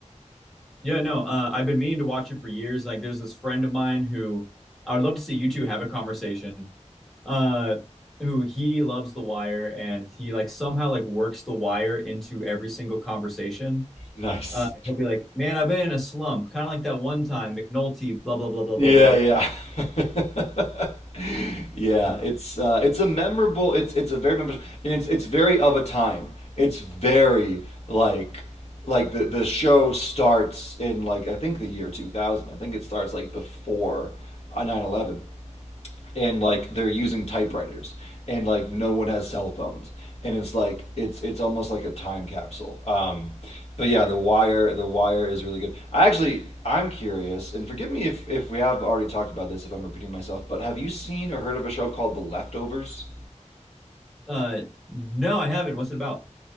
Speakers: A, in the centre; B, on the left.
A: Yeah, no, uh, I've been meaning to watch it for years. Like, there's this friend of mine who I would love to see you two have a conversation uh who he loves The Wire and he like somehow like works The Wire into every single conversation.
B: Nice.
A: Uh, he'll be like, "Man, I've been in a slump," kind of like that one time McNulty, blah blah blah blah
B: Yeah,
A: blah blah blah.
B: yeah. <laughs> yeah,
A: Uh,
B: it's uh, it's a memorable. It's it's a very memorable. It's it's very of a time. It's very like like the the show starts in like I think the year 2000. I think it starts like before 9/11 and like they're using typewriters and like no one has cell phones and it's like it's it's almost like a time capsule um but yeah the wire the wire is really good i actually i'm curious and forgive me if if we have already talked about this if i'm repeating myself but have you seen or heard of a show called the leftovers
A: uh, no, I haven't. What's it about?